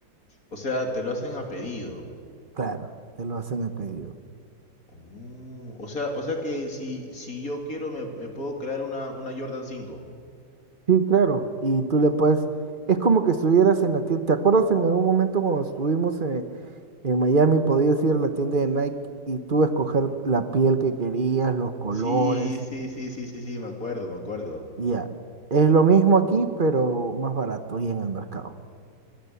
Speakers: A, on the left; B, on the right.
A: O sea, te lo hacen a pedido.
B: Claro, te lo hacen el pedido.
A: Uh, o sea, o sea que si, si yo quiero me, me puedo crear una, una Jordan cinco
B: Sí, claro. Y tú le puedes... Es como que estuvieras en la tienda. ¿Te acuerdas en algún momento cuando estuvimos en, en Miami, podías ir a la tienda de Nike y tú escoger la piel que querías, los colores?
A: Sí, sí, sí, sí, sí, sí, me acuerdo, me acuerdo.
B: Ya. Es lo mismo aquí, pero más barato y en el mercado.